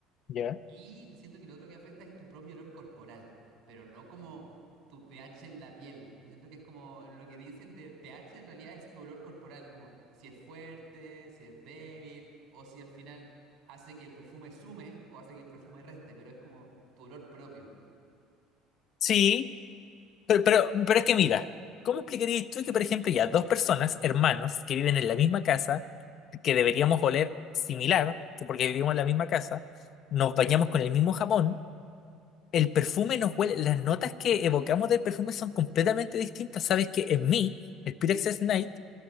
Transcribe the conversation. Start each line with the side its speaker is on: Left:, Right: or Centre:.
Left: ¿Ya?
Right: y siento que lo otro que afecta es tu propio olor corporal, pero no como tu pH en la piel. Siento que es como lo que dicen del pH en realidad es tu olor corporal, como si es fuerte, si es débil, o si al final hace que el perfume sume o hace que el perfume reste, pero es como tu olor propio.
Left: Sí, pero, pero, pero es que mira, ¿cómo explicarías tú que, por ejemplo, ya dos personas, hermanos, que viven en la misma casa, que deberíamos oler similar, que porque vivimos en la misma casa, nos bañamos con el mismo jabón? El perfume nos huele, las notas que evocamos del perfume son completamente distintas. Sabes que en mí, el Pyrex Night,